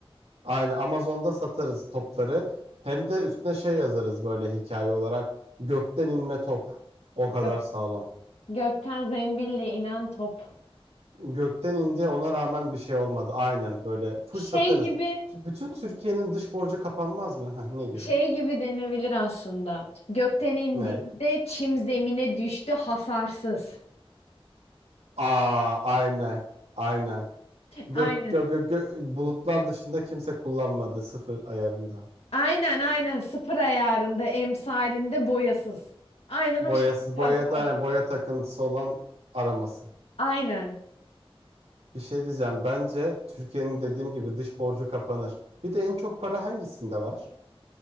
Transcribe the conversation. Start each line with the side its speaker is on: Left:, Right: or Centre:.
Right: Aynı Amazon'da satarız topları. Hem de üstüne şey yazarız böyle hikaye olarak. Gökten inme top. O kadar
Left: Gök-
Right: sağlam.
Left: gökten zembille inen top.
Right: Gökten indi ona rağmen bir şey olmadı. Aynen böyle full
Left: Şey
Right: satarız.
Left: gibi
Right: T- Bütün Türkiye'nin dış borcu kapanmaz mı? Heh, ne gibi?
Left: şey gibi denebilir aslında. Gökten indiğinde
Right: Ne?
Left: çim zemine düştü hasarsız.
Right: Aa aynen. Aynen. Gök,
Left: Aynen.
Right: gö, gö, gö- bulutlar dışında kimse kullanmadı sıfır ayarında.
Left: Aynen aynen sıfır ayarında emsalinde boyasız. Aynen
Right: Boyasız
Left: o şekilde <laughs> paslar.
Right: boya, aynen, boya takıntısı olan aramasın.
Left: Aynen.
Right: Bir şey diyeceğim. Bence Türkiye'nin dediğim gibi dış borcu kapanır. Bir de en çok para hangisinde var?